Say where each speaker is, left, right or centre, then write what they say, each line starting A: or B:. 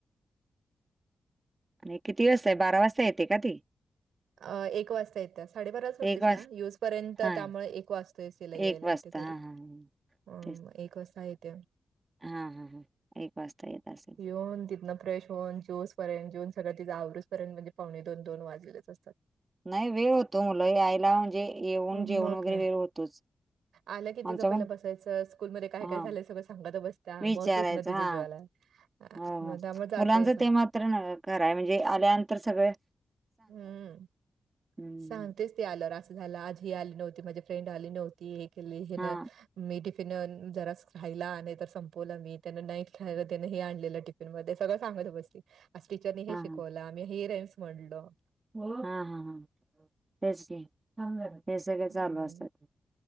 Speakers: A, on the right; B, on the right.
A: आणि किती वाजता? बारा वाजता येते का ती?
B: आ एक वाजता येत्या. साडेबाराला सुटते
A: एक वाज
B: शाळा यूसपर्यंत
A: हा
B: त्यामुळे एक वाजतोय च तिला यायला
A: एक वाजता
B: इथे घरी.
A: हा हा
B: हम्म
A: तेच
B: एक वाजता येत्या.
A: हा हा हा एक वाजता येत असल.
B: येऊन तिथन फ्रेश होऊन ज्यस पर्यंत जेऊन सगळ तिथं आवरुजपर्यंत म्हणजे पावणे दोन दोन वाजलेलच असत्यात.
A: नाही वेळ होतो. मुलं यायला म्हणजे येऊन
B: मग
A: जेवन वगैरे
B: काय.
A: वेळ होतोच.
B: आलं कि तिचं
A: आमचा पण
B: पहिला बसायचं. स्कूलमध्ये काय
A: हा
B: -काय झालंय सगळं सांगत बस - त्या
A: विचारायचं
B: मग तिथन तिज
A: हा
B: जीवाला
A: हो
B: मग
A: हो
B: त्यामुळे जातय
A: मुलांच
B: स
A: ते मात्र खराय म्हणजे आल्यानंतर सगळं
B: हम्म.
A: हम्म.
B: सांगतेच ते आल्यावर. असं झालं. आज हे आली नव्हती. माझी फ्रेंड आली नव्हती. हे केली ही
A: हा
B: न मी टिफिन जराच राहीला. नाही तर संपवलं मी. त्यांना नाही खायला त्यान हे आणलेलं टिफिन सगळ सांगत बसली. आज टीचर नी
A: हा
B: हे
A: हा
B: शिकवलं आम्ही हे राईम्स म्हटलो.
A: हा हा ह तेच की हे सगळ
B: हं,
A: चालू असतय --